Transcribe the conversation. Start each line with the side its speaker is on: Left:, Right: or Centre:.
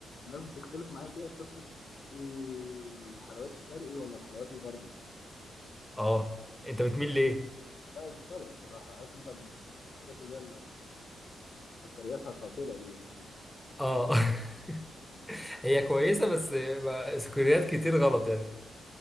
Left: الناس بتختلف معايا فيها قصه إيه الحلويات الشرقي ولا الحلويات الغربي
Centre: اه انت بتميل ليه
Left: لا الشرقي بصراحه عارف انت الحاجات اللي هي سكرياتها قاتله دي يعني
Centre: اه <laughs> هي كويسه بس ما- سكريات كتير غلط يعني